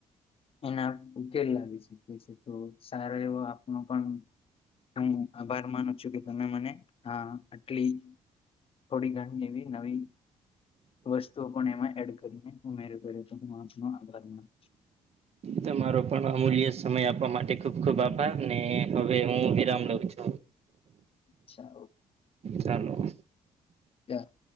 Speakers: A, on the left (about 45°); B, on the right (about 55°).
A: એના ઉકેલ લાવી શકીએ તો સારો એવો આપનો પણ આમ હું આભાર માનું છું કે તમે મને આ આટલી થોડી ઘણી એવી નવી વસ્તુઓ પણ એમાં એડ કરીને ઉમેર કર્યો હતો આભાર માનું છું.
B: તમારો પણ અમૂલ્ય સમય આપવા માટે ખૂબ ખૂબ આભાર ને હવે હું વિરામ લઉં છું.
A: છાઓ.
B: ચાલો.
A: યા